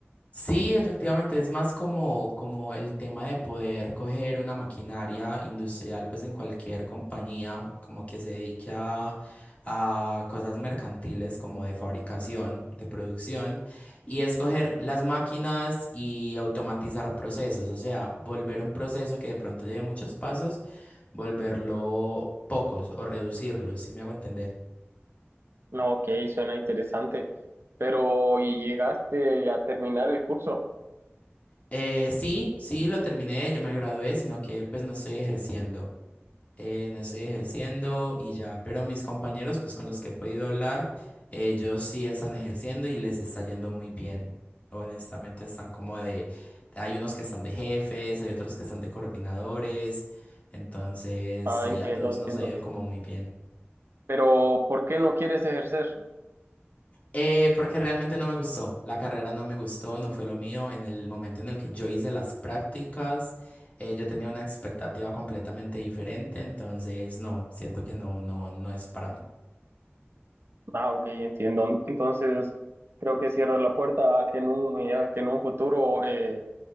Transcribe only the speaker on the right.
No, ok, suena interesante. Pero, ¿y llegaste a terminar el curso?
Ah,
entiendo,
entiendo.
Pero, ¿por qué no quieres ejercer?
Ah, ok, entiendo. Entonces, creo que cierra la puerta a que en un, eh, a que en un futuro, eh,